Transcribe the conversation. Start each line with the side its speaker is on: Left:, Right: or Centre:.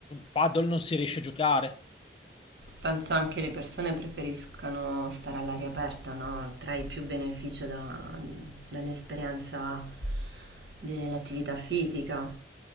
Left: paddle non si riesce a giocare.
Right: Penso anche le persone preferiscano stare all'aria aperta, no? Trai più beneficio da- dall'esperienza dell'attività fisica.